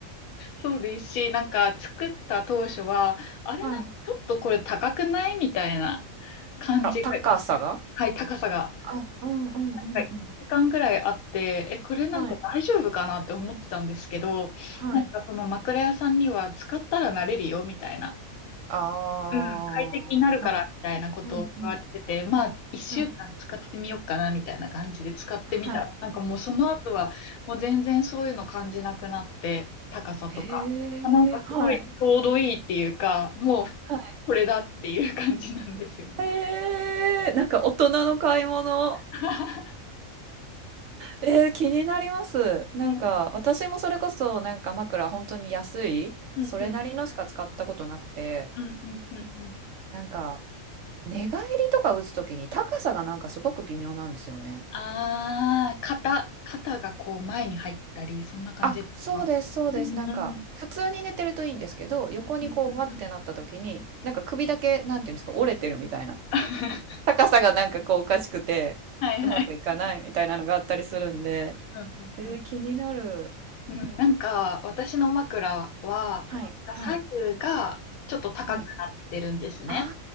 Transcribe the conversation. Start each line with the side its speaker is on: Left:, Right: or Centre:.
Left: そうですし、なんか作った当初は、あれな、
Right: はい。
Left: ちょっとこれ高くないみたいな感じが、
Right: あ、高さが
Left: はい、高さが。
Right: あ、うんうんうんうん。
Left: はい1時間ぐらいあって、え、これなんか大丈夫かなって思ってたんですけど、
Right: はい。はい。
Left: なんかその枕屋さんには使ったら慣れるよみたいな
Right: ああ、
Left: うん、快適になるからみたいなことを言われてて、
Right: はい。うんうん。
Left: まあ、一週間使ってみようかなみたいな感じで使ってみたら。
Right: はい。はい。
Left: なんかもうその後は、もう全然そういうの感じなくなって、高さとか。
Right: へえ、
Left: あ、なんかすごいちょうどいいっていうか、
Right: はい、
Left: もう
Right: はい。
Left: これだっていう感じなんですよね。
Right: ええ、なんか大人の買い物。
Left: <laughs>
Right: えー、気になります。なんか私もそれこそなんか枕本当に安い、
Left: うん、うん、
Right: それなりのしか使ったことなくて、
Left: うん、うん、うん、うん。うん
Right: なんか寝返りとか打つときに高さがなんかすごく微妙なんですよね。
Left: ああ、肩、肩がこう前に入ったり、そんな感じですかうん、
Right: あ、そうです、そうです。なんか普通に寝てるといいんですけど、
Left: うん、うん、
Right: 横にこうわってなったときに、
Left: うん、うん。うん
Right: なんか首だけなんていうんですか、折れてるみたいな。
Left: <laughs>
Right: 高さがなんかこうおかしくて、
Left: はいはい。
Right: うまくいかないみたいなのがあったりするんで。
Left: うんうんうん。
Right: えー、気になる。
Left: うん、なんか、私の枕は、
Right: はい、
Left: 左右がちょっと高くなってるんですね。
Right: はい、はい。あ